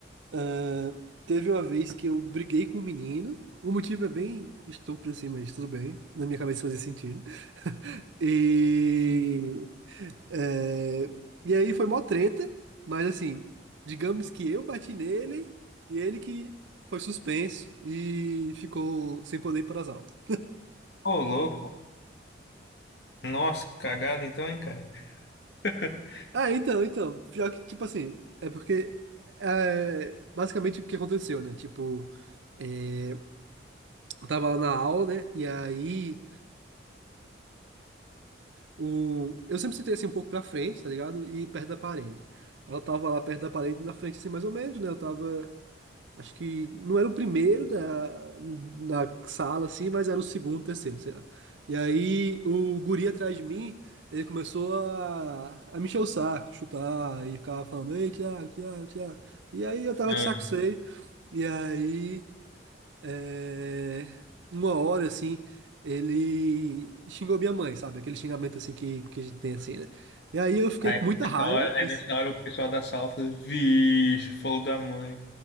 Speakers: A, on the right; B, on the left.
A: ah, teve uma vez que eu briguei com um menino. O motivo é bem estúpido assim, mas tudo bem. Na minha cabeça fazia sentido. E. é, e aí foi mó treta, mas assim, digamos que eu bati nele e ele que foi suspenso e ficou sem poder ir para as aulas.
B: Ô, louco. Nossa, que cagada então, hein, cara? <laughs>
A: Ah, então, então. Pior que, tipo assim, é porque. é, basicamente o que aconteceu, né? Tipo, é, eu tava lá na aula, né? E aí. O... Eu sempre sentei assim um pouco pra frente, tá ligado? E perto da parede. Ela tava lá perto da parede, na frente assim, mais ou menos, né? Eu tava. Acho que não era o primeiro da, da sala, assim, mas era o segundo, terceiro, sei lá. E aí o guri atrás de mim, ele começou a, a me encher o saco, chutar, e ficava falando, ei, Thiago, Thiago, Thiago. E aí eu tava
B: Hum.
A: de saco cheio. E aí é, uma hora assim, ele xingou minha mãe, sabe? Aquele xingamento assim que, que a gente tem assim, né? E aí eu fiquei
B: Aí,
A: com muita
B: nessa
A: raiva.
B: hora,
A: né?
B: aí nessa hora o pessoal da sala falou, vixe, falou da mãe.